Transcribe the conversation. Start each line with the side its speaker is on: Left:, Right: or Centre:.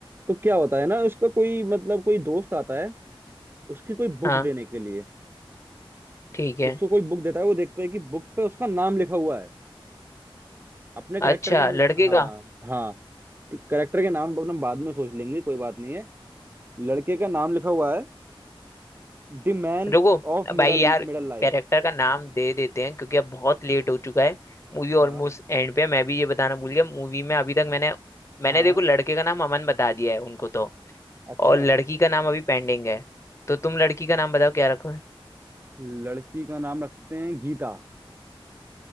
Right: तो क्या होता है ना उसका कोई मतलब कोई दोस्त आता है उसकी कोई बुक
Left: हाँ
Right: देने के लिए
Left: ठीक है
Right: उसको कोई बुक देता है वो देखता है कि बुक पे उसका नाम लिखा हुआ है अपने
Left: अच्छा
Right: करेक्टर का
Left: लड़के
Right: हाँ
Left: का
Right: हाँ ठीक, करेक्टर के नाम अपन बाद में सोच लेंगे कोई बात नहीं है लड़के का नाम लिखा हुआ है the man
Left: रुको
Right: of
Left: भाई
Right: middle
Left: यार
Right: middle life
Left: कैरेक्टर का नाम दे देते हैं क्योंकि अब बहुत लेट हो चुका है मूवी
Right: हाँ
Left: ऑलमोस्ट एंड पे है। मैं भी ये बताना भूल गया मूवी में अभी तक मैंने मैंने
Right: हाँ
Left: देखो लड़के का नाम अमन बता दिया है उनको तो
Right: अच्छा
Left: और लड़की का नाम अभी पेंडिंग है तो तुम लड़की का नाम बताओ क्या रखो
Right: लड़की का नाम रखते हैं गीता